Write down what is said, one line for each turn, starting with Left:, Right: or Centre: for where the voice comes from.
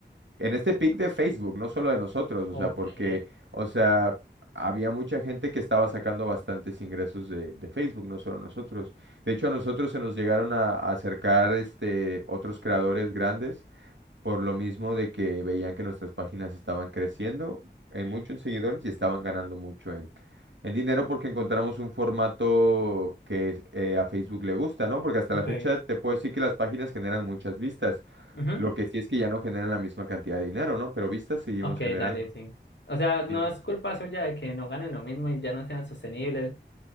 Right: En este pic de Facebook, no solo de nosotros, o
Left: Ok,
Right: sea, porque, o sea, había mucha gente que estaba sacando bastantes ingresos de, de Facebook, no solo nosotros. De hecho, a nosotros se nos llegaron a, a acercar este, otros creadores grandes por lo mismo de que veían que nuestras páginas estaban creciendo en mucho en seguidores y estaban ganando mucho en, en dinero porque encontramos un formato que eh, a Facebook le gusta, ¿no? Porque hasta
Left: ok.
Right: la fecha te puedo decir que las páginas generan muchas vistas.
Left: Ujú.
Right: Lo que sí es que ya no generan la misma cantidad de dinero, ¿no? Pero vistas seguimos
Left: Ok,
Right: generando.
Left: dale, sí. O sea, no
Right: Sí,
Left: es culpa suya de que no ganen lo mismo y ya no sean sostenibles.